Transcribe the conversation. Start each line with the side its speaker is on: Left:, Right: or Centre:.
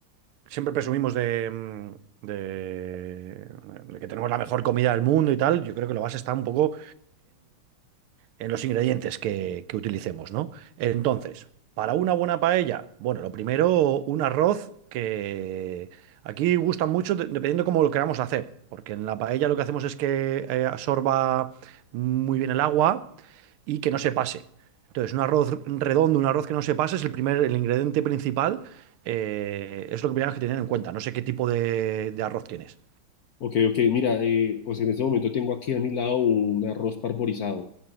Right: siempre presumimos de, mm, de, de que tenemos la mejor comida del mundo y tal, yo creo que la base está un poco en los ingredientes que, que utilicemos, ¿no? Entonces, para una buena paella, bueno, lo primero, un arroz que aquí gusta mucho de- dependiendo cómo lo queramos hacer, porque en la paella lo que hacemos es que eh, absorba muy bien el agua y que no se pase. Entonces, un arroz redondo, un arroz que no se pase es el primer, el ingrediente principal, eh, es lo que tenemos que tener en cuenta. No sé qué tipo de de arroz tienes.
Left: Ok, ok, mira, eh, pues en este momento tengo aquí a mi lado un arroz parborizado,